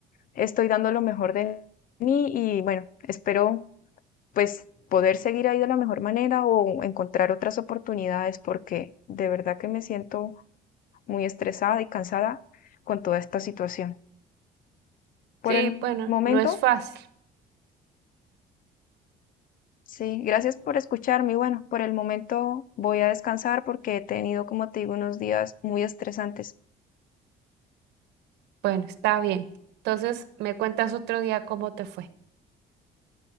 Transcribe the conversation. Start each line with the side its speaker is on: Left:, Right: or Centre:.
Left: estoy dando lo mejor de mí y bueno, espero pues poder seguir ahí de la mejor manera o encontrar otras oportunidades porque de verdad que me siento muy estresada y cansada con toda esta situación. Por
Right: Sí,
Left: el
Right: bueno,
Left: momento,
Right: no es fácil.
Left: sí, gracias por escucharme y bueno, por el momento voy a descansar porque he tenido, como te digo, unos días muy estresantes.
Right: Bueno, está bien. Entonces, me cuentas otro día cómo te fue.